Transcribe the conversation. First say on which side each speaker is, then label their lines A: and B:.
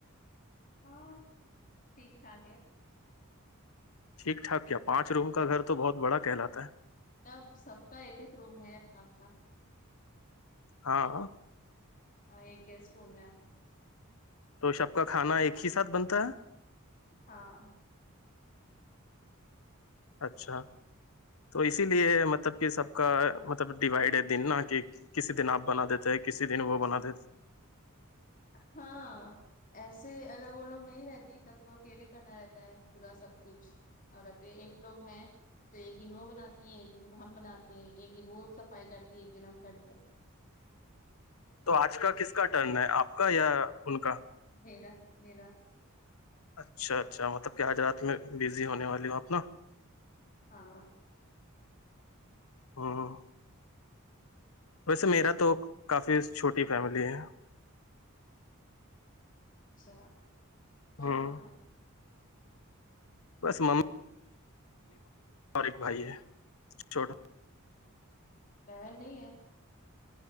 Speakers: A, on the left (about 40°); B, on the left (about 80°).
A: ہاں ٹھیک ٹاک ہے
B: ٹھیک ٹھاک کیا پانچ روم کا گھر تو بہت بڑا کہلاتا ہے
A: تب سب کا ایک روم ہے اپنا اپنا
B: ہاں
A: ہاں ایک گیسٹ روم ہے
B: تو سب کا کھانا ایک ہی ساتھ بنتا ہے
A: ہاں
B: اچھا تو اسی لیے مطلب کہ سب کا مطلب ڈیوائڈ ہے دن نا کہ کسی دن آپ بنا دیتے ہیں کسی دن وہ بنا دیتے
A: ہاں ایسے اگر وہ لوگ نہیں رہتی تب تو اکیلے کرنا رہتا ہے پورا سب کچھ اور ابھی ایک لوگ ہیں تو ایک دن وہ بناتی ہیں ایک دن ہم بناتے ہیں ایک دن وہ صفائی کرتی ہے ایک دن ہم کر تے ہیں
B: تو آج کا کس کا ٹرن ہے آپ کا یا ان کا
A: میرا میرا
B: اچھا اچھا مطلب کہ آج رات میں بزی ہونے والی ہوں آپ نا
A: ہاں
B: ہوں ویسے میرا تو کافی چھوٹی فیملی ہے
A: اچھا کون
B: ہ
A: کون ہے
B: بس من اور ایک بھائی ہے چھوٹا
A: بہن نہیں ہے